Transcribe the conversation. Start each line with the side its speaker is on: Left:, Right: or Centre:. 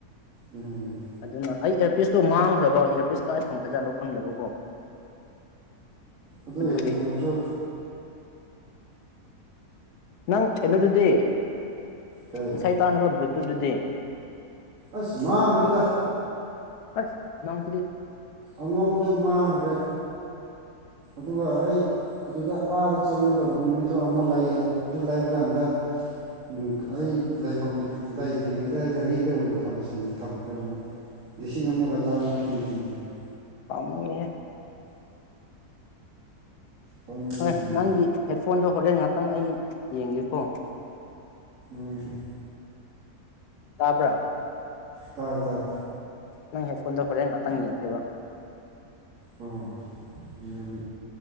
Right: ꯎꯝ
Left: ꯑꯗꯨꯅ ꯑꯩ ꯏꯌꯔꯄꯤꯁꯇꯣ ꯃꯥꯡꯈ꯭ꯔꯕ ꯏꯌꯥꯔꯄꯤꯁ ꯀꯥꯏ ꯊꯝꯒꯖꯥꯠꯂꯣ ꯈꯪꯗꯕꯀꯣ
Right: ꯑꯗꯨꯗ
Left: ꯑꯗꯨꯒꯤ
Right: ꯐꯣꯟꯣꯟ ꯆ
Left: ꯅꯪ ꯑꯦꯅꯗꯨꯗꯤꯦ
Right: ꯀꯩ
Left: ꯏꯁꯩ ꯇꯥꯅꯕ ꯕ꯭ꯨꯠꯇꯨꯗꯨꯗꯤ
Right: ꯑꯁ ꯃꯥꯡ ꯔꯦꯗ
Left: ꯍꯁ ꯅꯪ
Right: ꯑꯉꯧꯕꯗꯣ ꯃꯥꯡꯈ꯭ꯔꯦ ꯑꯗꯨꯒ ꯑꯩ ꯑꯗꯨꯗ ꯑꯥꯗ ꯆꯪꯒꯗꯧꯕ ꯅꯨꯃꯤꯠꯇꯨ ꯑꯃ ꯂꯩꯌꯦ ꯑꯗꯨ ꯂꯩꯕ ꯀꯥꯟꯗ ꯎꯝ ꯑꯩ ꯂꯩꯐꯝ ꯂꯩꯇ꯭ꯔꯤꯉꯩꯗ ꯒꯥꯔꯤꯗ ꯑꯣꯏꯅ ꯊ ꯊꯝꯈ꯭ꯔꯦ ꯑꯃꯨꯛ ꯁꯤ ꯉꯝꯃꯣꯒ ꯆꯆꯥ ꯑꯃꯨꯤꯕ
Left: ꯄꯥꯝꯃꯨꯏꯍꯦ
Right: ꯄꯥꯝꯃꯨꯕꯅꯦ
Left: ꯍꯣꯏ ꯅꯪꯒꯤ ꯍꯦꯠꯐꯣꯟꯗꯣ ꯍꯣꯔꯦꯟ ꯉꯥꯛꯇꯪ ꯑꯩ ꯌꯦꯡꯒꯦꯀꯣ
Right: ꯎꯝ
Left: ꯇꯥꯕ꯭ꯔꯥ
Right: ꯇꯥꯏ ꯇꯥꯏ
Left: ꯅꯪ ꯍꯦꯠ ꯐꯣꯟꯗ ꯍꯣꯔ ꯉꯍꯥꯛꯇꯪ ꯌꯦꯡꯁꯦꯈꯤꯕꯕ
Right: ꯑꯣ ꯌꯦ ꯌꯦꯝ